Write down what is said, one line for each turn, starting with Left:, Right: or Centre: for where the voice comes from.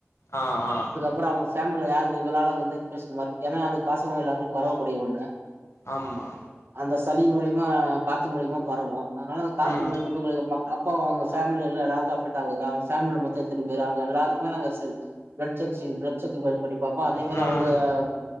Left: ஆ ஆ
Right: ப்ற அவ்ங்க ஃபேமில யாருக்கு இவாலா வந்து இன்பக்ஷன் மாரி ஏனா அது காச நோய் எல்லார்க்கு பரவக்கூடிய ஒண்ணு
Left: ஆம்மா
Right: அந்த சளி மூலிமா காத்து மூலிமா பரவு அதனால அந்த காத்து
Left: ம்
Right: மூலிமா இன்னு கொஞ்சு கொஞ்சும்மா அப்பா வாங்கஸ் ஃபேமில எல்லார்க்கு அஃபெக்ட் ஆகுதா ஃபேமில மொத்து எத்தின் பேர் அவங்க எல்லார்க்குமே நாங்க சென் ப்லெட் செக் ச்செய்யு ப்லக் சுத்து பல் பண்ணி பாப்போ அதே மாரி
Left: ம் ம்
Right: அவ்ங்காவ்